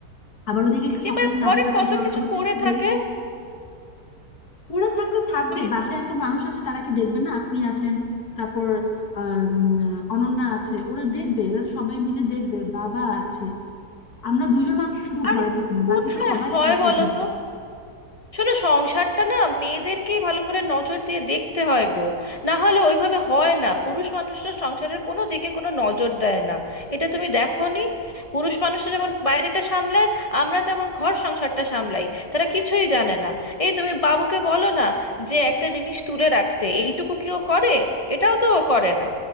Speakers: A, on the left (about 75°); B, on the left (about 30°).
A: আবার ওদিকে একটু সকালে
B: এবার ঘরে
A: নাস্তাটা
B: কত
A: জলখাবারটা
B: কিছু পড়ে
A: একটু
B: থাকে
A: দেরি পড়ে থাকলে থাকবে
B: তুমি
A: বাসায় এত মানুষ আছে তারা কি দেখবে না আপনি আছেন তারপর আম, অনন্যা আছে ওরা দেখবে এরা সবাই মিলে দেখবে বাবা আছে আমরা দুজন মানুষ শুধু
B: আরে
A: ঘরে থাকি না
B: কোথায়
A: বাকি তো সবাই
B: হয়
A: থাকে
B: বলো
A: ঘরে
B: তো শোনো সংসারটা না মেয়েদেরকেই ভালো করে নজর দিয়ে দেখতে হয় গো না হলে ওইভাবে হয় না পুরুষ মানুষরা সংসারের কোনো দিকে কোনো নজর দেয় না এটা তুমি দেখোনি পুরুষ মানুষরা যেমন বাইরেটা সামলায় আমরা তেমন ঘর সংসারটা সামলাই তারা কিছুই জানে না এই তুমি বাবুকে বলো না যে একটা জিনিস তুলে রাখতে এইটুকু কি ও করে এটাও তো ও করে না